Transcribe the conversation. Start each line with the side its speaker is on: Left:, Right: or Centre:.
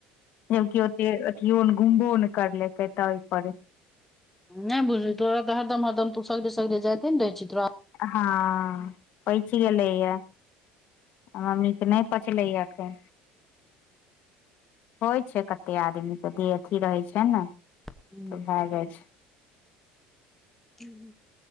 Left: जबकि ओते अथियो ने घुमबो ने करलकै तै पर
Centre: नै बुझली तोराऽ हरदम हरदम तू सगरे सगरे जाइत ने रहै छी तोरा
Left: हाँ पैच गेलैए या मम्मीके नै पचलैय एखन होइ छै कते आदमीके देह अथी रहै छै ने
Centre: हम्म।
Left: तऽ भए जाइ छै।
Centre: हुँ